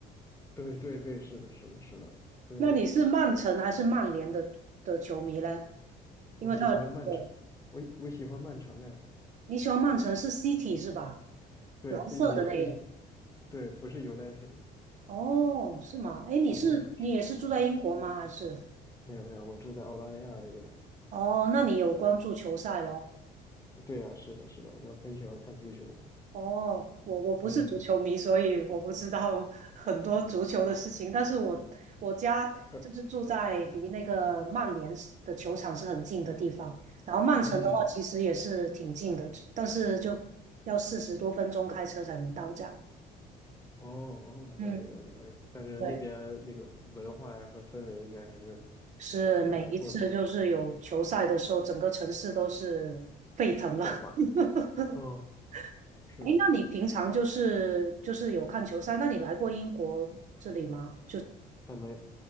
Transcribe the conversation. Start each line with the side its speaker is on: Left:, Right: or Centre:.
Left: 对对对，是的，是的，是的，
Right: <laughs>
Left: 对，
Right: 那你是曼城还是曼联的的球迷呢？
Left: 我喜欢曼城，
Right: 因为他有两个，
Left: 我我喜欢曼城哎，
Right: 你喜欢曼城是 City 是吧？
Left: 对，City
Right: 蓝色的那个。
Left: 不喜，对，不是 United，
Right: 哦，是吗？哎，你是你也是住在英国吗？
Left: 嗯哼，是，
Right: 还是？
Left: 没有没有，我住在澳大利亚这边，
Right: 哦，那你有关注球赛咯？
Left: 对呀、是的，是的，我很喜欢看足球，
Right: 哦，我我不是足球迷，
Left: 嗯，
Right: 所以我不知道很多足球的事情。但是我我家就是住在离那个曼联是的球场是很近的地方，
Left: 而
Right: 然后曼城的话其实也是挺近的，
Left: 嗯，
Right: 但是就要四十多分钟开车才能到站。
Left: 哦哦，
Right: 嗯，
Left: 了解了解，哎呦，但是那边那个文化呀和氛围应该还是
Right: 对，是每一次就是有球赛的时候，
Left: 蛮不错的，是
Right: 整个城市都是沸腾了。
Left: 爆满。
Right: <laughs>
Left: 嗯，是的，
Right: 哎那你平常就是就是有看球赛？那你来过英国这里吗？
Left: 还没